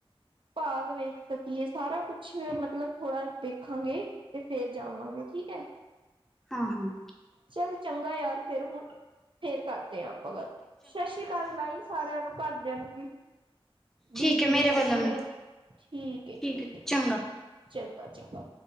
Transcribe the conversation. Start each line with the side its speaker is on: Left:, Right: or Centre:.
Right: ਭਾਗ ਵੇਖ ਸਕੀਏ, ਸਾਰਾ ਕੁਛ ਮਤਲਬ ਥੋੜਾ ਦੇੇਖਾਂਗੇ। ਤੇ ਫੇਰ ਜਾਵਾਂਗੇ ਠੀਕ ਹੈ।
Centre: ਹਾਂ -ਹਾਂ!
Right: ਚੱਲ ਚੰਗਾ ਯਾਰ, ਫਿਰ ਹੁਣ ਫੇਰ ਕਰਦੇ ਹਾਂ ਆਪਾਂ ਗੱਲ, ਸਤਿ ਸ੍ਰੀ ਅਕਾਲ ਲਾਈ ਸਾਰਿਆਂ ਨੂੰ। ਘਰਦਿਆਂ ਨੂੰ ਵੀ। ਬੀਜੀ
Centre: ਠੀਕ ਹੈ ਮੇਰੇ
Right: ਨੂੰ, ਚਾਚੀ
Centre: ਵੱਲੋਂ
Right: ਹੋਰਾ
Centre: ਵੀ
Right: ਠੀਕ ਏ, ਠੀਕ
Centre: ਹੈ
Right: ਏ।
Centre: ਚੰਗਾ
Right: ਚੰਗਾ-ਚੰਗਾ।